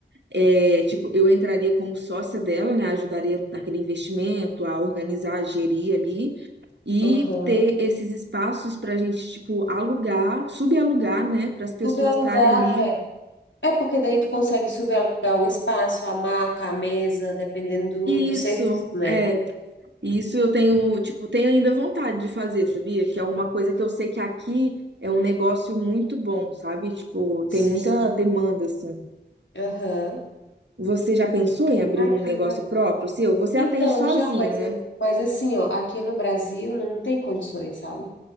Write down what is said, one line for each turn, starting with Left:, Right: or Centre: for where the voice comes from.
Right: É, tipo, eu entraria como sócia dela, né? Ajudaria naquele investimento, a organizar, a gerir ali e
Left: Aham.
Right: ter esses espaços para a gente, tipo, alugar, subalugar, né? Para as pessoas
Left: Tu quer alugar?
Right: estarem ali.
Left: é, É porque daí tu consegue subelar o espaço, a maca, a mesa, dependendo
Right: Isso,
Left: do, do serviço, né?
Right: é. Isso eu tenho, tipo, tenho ainda vontade de fazer, sabia? Que é uma coisa que eu sei que aqui é um negócio muito bom, sabe? Tipo,
Left: Sim.
Right: tem muita demanda, assim.
Left: Aham.
Right: Você já pensou em abrir
Left: Ai,
Right: um
Left: que
Right: negócio
Left: legal.
Right: próprio seu? Você
Left: Então,
Right: atende sozinha,
Left: já, mas,
Right: né?
Left: mas assim, ó, aqui no Brasil não tem condições, sabe?